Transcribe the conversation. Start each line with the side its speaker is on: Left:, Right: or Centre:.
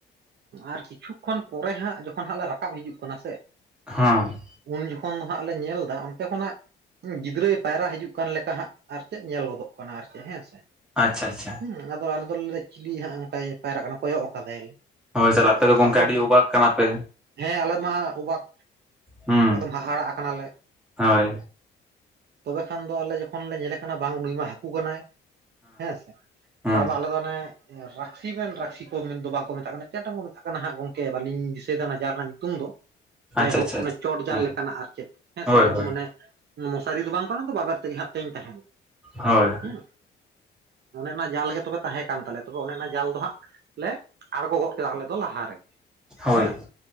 Right: ᱟᱨ ᱠᱤᱪᱷᱩ ᱠᱷᱚᱱ ᱯᱚᱨᱮ ᱦᱟᱸᱜ ᱡᱚᱠᱷᱚᱱ ᱦᱟᱸᱜ ᱞᱮ ᱨᱟᱠᱟᱵ ᱦᱤᱡᱩᱜ ᱠᱟᱱᱟ ᱥᱮ
Centre: ᱦᱟᱸ
Right: ᱩᱱ ᱡᱚᱠᱷᱚᱱ ᱫᱚ ᱦᱟᱜ ᱞᱮ ᱧᱮᱞ ᱫᱟ ᱚᱱᱛᱮ ᱠᱷᱚᱱᱟᱜ ᱜᱤᱫᱽᱨᱟᱹᱭ ᱯᱟᱭᱨᱟ ᱦᱤᱡᱩᱜ ᱚᱱᱠᱟᱱ ᱞᱮᱠᱟ ᱦᱟᱜ ᱟᱨ ᱪᱮᱫ ᱧᱮᱞ ᱜᱚᱫᱚᱜ ᱠᱟᱱᱟ ᱟᱨ ᱪᱮᱫ ᱦᱮᱸ ᱥᱮ
Centre: ᱟᱪᱪᱷᱟ ᱟᱪᱪᱷᱟ
Right: ᱦᱮᱸ ᱟᱫᱚ ᱟᱞᱮ ᱫᱚᱞᱮ ᱞᱟᱹᱭ ᱫᱟ ᱪᱤᱞᱤ ᱦᱟᱜ ᱚᱱᱠᱟ ᱯᱟᱭᱨᱟᱜ ᱠᱟᱱᱟ ᱠᱚᱭᱚᱜ ᱟᱠᱟᱫᱟᱭ
Centre: ᱦᱳᱭ ᱛᱟᱦᱚᱞᱮ ᱟᱯᱮ ᱫᱚ ᱜᱚᱝᱠᱮ
Right: ᱟᱫᱚ
Centre: ᱟᱹᱰᱤ ᱚᱵᱟᱜ ᱠᱟᱱᱟ ᱯᱮ
Right: ᱦᱮᱸ ᱟᱞᱮ ᱢᱟ ᱚᱵᱟᱠ
Centre: ᱦᱩᱸ
Right: ᱮᱠᱫᱚᱢ ᱦᱟᱦᱟᱲᱟᱜ ᱠᱟᱱᱟᱞᱮ
Centre: ᱦᱳᱭ
Right: ᱛᱚᱵᱮᱠᱷᱟᱱ ᱫᱚ ᱟᱞᱮ ᱡᱚᱠᱷᱚᱱ ᱞᱮ ᱧᱮᱞᱮ ᱠᱟᱱᱟ ᱵᱟᱝ ᱱᱩᱭ ᱢᱟ ᱦᱟᱠᱩ ᱠᱟᱱᱟᱭ ᱦᱮᱸ ᱥᱮ
Centre: ᱦᱮᱸ
Right: ᱛᱟᱯᱚᱨ <unintelligible> ᱟᱞᱮ ᱫᱚ ᱚᱱᱮ ᱨᱟᱠᱥᱤ ᱢᱮᱱ ᱨᱟᱹᱠᱥᱤ ᱠᱚ ᱢᱮᱱᱫᱚ ᱵᱟᱝᱠᱚ ᱢᱮᱛᱟᱜ ᱠᱟᱱᱟ ᱪᱮᱫᱴᱟᱝ ᱠᱚ ᱢᱮᱛᱟᱜ ᱠᱟᱱᱟ ᱦᱟᱸᱜ ᱜᱚᱝᱠᱮ ᱵᱟᱹᱞᱤᱧ ᱫᱤᱥᱟᱹᱭ ᱮᱫᱟ ᱡᱟᱞ ᱨᱮᱱᱟᱜ ᱧᱩᱛᱩᱢ ᱫᱚ
Centre: <inaudible>
Right: ᱡᱟᱭᱦᱳᱠ
Centre: ᱟᱪᱪᱷᱟ
Right: ᱪᱚᱴᱡᱟᱞ
Centre: ᱦᱮᱸ
Right: ᱞᱮᱠᱟᱱᱟᱜ ᱟᱨ ᱪᱮᱫ ᱦᱮᱸ ᱥᱮ
Centre: ᱦᱳᱭ
Right: ᱚᱱᱟ
Centre: ᱦᱳᱭ
Right: ᱫᱚ ᱢᱟᱱᱮ ᱢᱚᱥᱟᱨᱤ ᱫᱚ ᱵᱟᱝ ᱠᱟᱱᱟ ᱵᱟᱵᱮᱨ ᱛᱮᱜᱮ ᱦᱟᱜ ᱛᱮᱧ ᱛᱟᱦᱮᱱᱟ
Centre: ᱦᱳᱭ
Right: ᱦᱮᱸ ᱚᱱᱮ ᱚᱱᱟ ᱡᱟᱞ ᱜᱮ ᱛᱚᱵᱮ ᱛᱟᱦᱮᱸ ᱠᱟᱱ ᱛᱟᱞᱮᱭᱟ ᱛᱚᱵᱮ ᱚᱱᱮ ᱚᱱᱟ ᱡᱟᱞ ᱫᱚ ᱦᱟᱸᱜ ᱞᱮ ᱟᱬᱜᱚ ᱜᱚᱫ ᱠᱮᱫᱟ ᱟᱞᱮ ᱫᱚ ᱞᱟᱦᱟ ᱨᱮᱜᱮ
Centre: ᱦᱳᱭ
Right: ᱦᱮᱸ ᱥᱮ